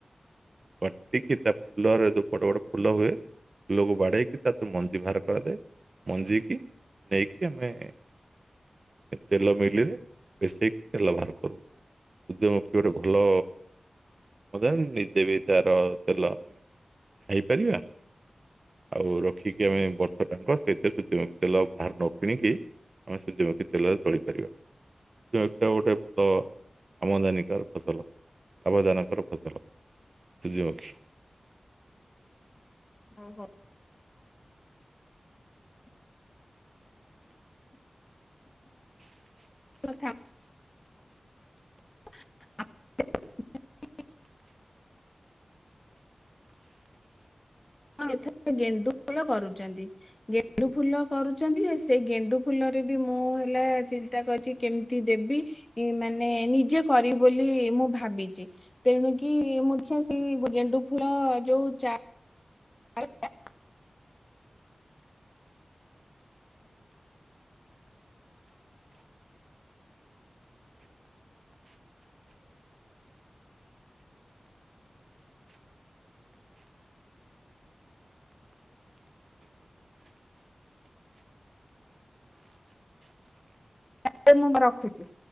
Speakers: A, on the right; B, on the left.
A: କଟିକି ତା ଫୁଲରେ ଯୋଉ ବଟ ବଡ ଫୁଲ ହୁଏ ଫୁଲକୁ ବାଡେଇକି ତାଠୁ ମଞ୍ଜିକି ବାହାର କରାଯାଏ ମଞ୍ଜିିକି ନେଇକି ଆମେ ତେଲ ମିଲରେ ପେଶେଇକି ତେଲ ବାହାର କରୁ। ସୂର୍ଯ୍ୟମୁଖୀ ଗୋଟେ ଭଲ ନିଜେ ବି ତାର ତେଲ ଖାଇପାରିବା। ଆଉ ରଖିକି ଆମେ ବର୍ଷ ଟାଙ୍କ ସେଇଥିରେ ସୂର୍ଯ୍ୟ ତେଲ ବାହାରୁ ନ କିଣିକି ଆମେ ସୂର୍ଯ୍ୟମୁଖୀ ତେଲରେ ଚଳିପାରିବା ସେଟା ଗୋଟେ ଫ ଆମଦାନୀ କରେ ଫସଲ ଲାଭଜନକର ଫସଲ। ସୁଯ୍ୟମୁଖୀ।
B: ଓହୋ ତଥା। <inaudible> ଆଉ ଏଥରେ ଗେଣ୍ଡୁ ଫୁଲ କରୁଚନ୍ତି ଗେଣ୍ଡୁ ଫୁଲ କରୁଚନ୍ତି ଜେ ସେଇ ଗେଣ୍ଡୁ ଫୁଲ ବି ମୁଁ ହେଲା ଚିନ୍ତା କରିଚି କେମିତି ଦେବି, ମାନେ ନିଜେ କରି ବୋଲି ମୁଁ ଭାବିଚି ତେଣୁ କିି ମୁଖିଆ ସେଇ ଗଜେଣ୍ଡୁ ଫୁଲ ଯୋଉ ଚା ଆଞା। ଆଜ୍ଞା ମୁଁ ରଖୁଚି।